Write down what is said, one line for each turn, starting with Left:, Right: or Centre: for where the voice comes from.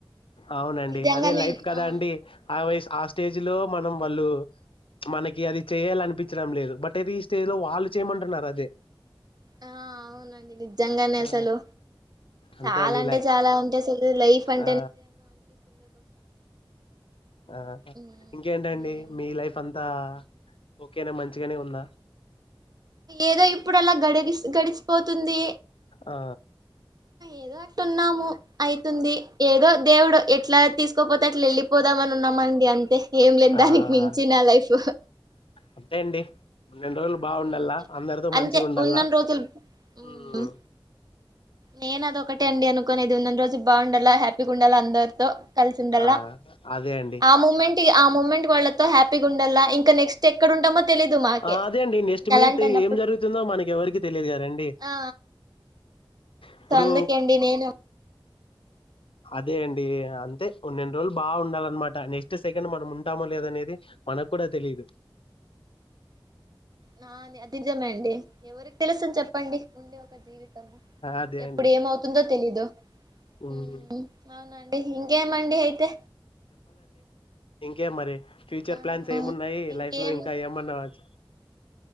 Left: అవునండి
Right: నిజంగానే
Left: అదే లైఫ్ కదా
Right: ఆ
Left: అండి ఆ వయస్ ఆస్ స్టేజ్ లో మనం వాళ్ళు మనకి అది చేయ్యాల అనిపించడం లేదు బట్ అతే ఈ స్టేజ్ లో వాళ్ళు చేయమంటున్నారు అదే
Right: ఆ అవునండి నిజంగానే
Left: ఆ
Right: అసలు
Left: అంతే
Right: చాలా
Left: అండి
Right: అంటే
Left: ఇలా
Right: చాలా ఉంటే అసలు లైఫ్ అం
Left: ఆ ఆ
Right: ఉమ్,
Left: ఇంకేంటండి
Right: ఏమో
Left: మీ లైఫ్ అంత తా ఓకేనే మంచిగానే ఉందా
Right: ఏదో ఇప్పుడు అలా గడి గిస్ గడిచిపోతుంది
Left: ఆ
Right: ఏదో అట్ల ఉన్నాము అయితుంది ఏదో దేవుడు ఎట్లా తీసుకోపోతే అట్లా వెళ్ళిపోదామని ఉన్నామండి అంతే ఏం లేదు దానికి
Left: ఆ
Right: మించి నా లైఫ్
Left: అంతే అండి రెండు రోజులు బాగుండల్లా
Right: అంతే
Left: అందరితో మంచిగా
Right: అంతే
Left: ఉండల్లా
Right: ఉన్నన్ని రోజులు ఉమ్,
Left: ఉం
Right: నేను అద ఒకటే అండి అనుకోనేది ఉన్న రోజు బాగుండాలా హ్యాపీగా ఉండాలా అందరితో కలిసి ఉండాల
Left: ఆ అదే అండి
Right: ఆ మూమెంట్ ఆ మూమెంట్ వాళ్ళతో హ్యాపీగా ఉం అలా ఇంకా నెక్స్ట్ ఎక్కడ ఉంటామో తెలీదు మాకే
Left: ఆ అదే అండి నెస్ట్
Right: ఇంక
Left: మినిట్
Right: అలాంటి అన్నప్పుడు
Left: ఏం జరుగుతుందో మనకి ఎవరికి తెలియదు కదండి
Right: ఆ
Left: ఇప్పుడు
Right: సో అందుకే అండి నేను
Left: అదే అండి అంతే ఉన్నన్ని రోజులు బా ఉండాలన్నమాట నెక్స్ట్ సెకండ్ మనం ఉంటామో లేదనేది మనకు కూడా తెలిదు
Right: నా అది నిజమే అండి ఎవరికి తెలుసని చెప్పండి ఉండేది ఒక జీవితము
Left: అదే
Right: ఎప్పుడు
Left: అండి
Right: ఏమవుతుందో తెలీదు
Left: ఉమ్,
Right: హ్మ్ హ్మ్ అవునండి ఇంకేమండి అయితే
Left: ఇంకేం మరి ఫ్యూచర్
Right: ఆ
Left: ప్లాన్స్ ఏమున్నాయి
Right: ఇంకేం
Left: లైఫ్ లో ఇంకా ఏమన్నాచ